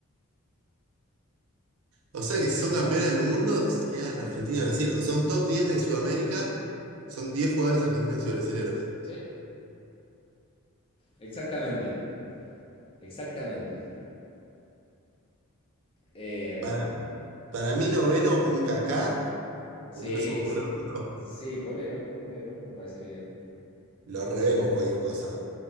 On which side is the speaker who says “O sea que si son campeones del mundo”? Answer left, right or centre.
Right